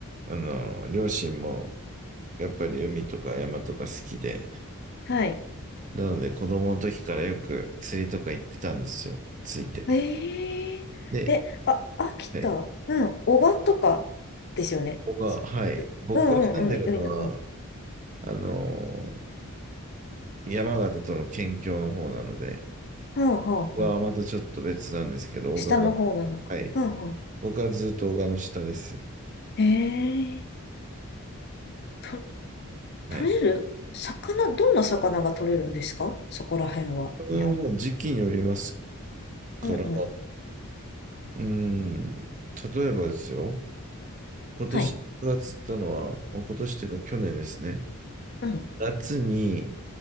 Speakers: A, on the right; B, on the left.
A: あの、両親も、やっぱり海とか山とか好きで、
B: はい。
A: なので子供の時からよく釣りとか行ってたんですよ、ついて。
B: えええ、
A: で、
B: あ、秋田、
A: はい、
B: うん、男鹿とかですよね。
A: ここが、はい、僕が住んでるのは、
B: うんうんうん、海の方。は
A: あのー山形との県境の方なので、
B: あはあはあ。
A: ここはまたちょっと別なんですけど、
B: 下の方なのか。
A: 大賀が、はい、
B: うんう
A: 僕はずっと大賀の下です。
B: ん。ええと、
A: はい。
B: 取れる魚、どんな魚が取れるんですかそこら辺は。
A: これはもう時期によります
B: 日本。
A: から、
B: うんうん。
A: うーん、例えばですよ、今年僕が釣ったのは、
B: はい。
A: もう今年というか去年ですね、
B: うん。
A: 夏に、